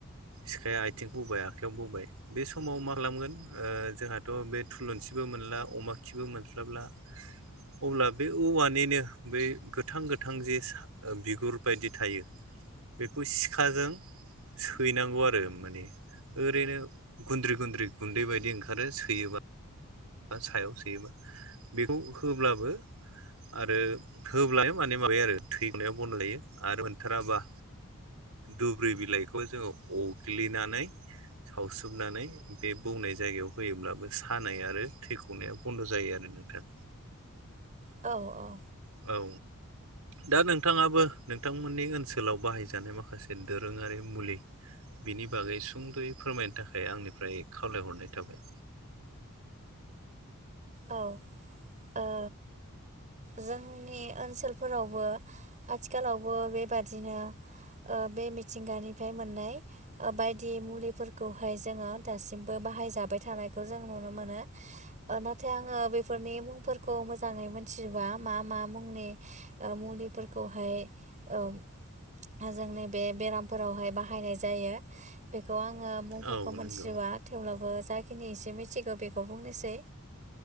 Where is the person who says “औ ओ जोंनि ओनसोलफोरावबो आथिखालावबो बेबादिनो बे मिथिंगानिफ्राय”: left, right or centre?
Right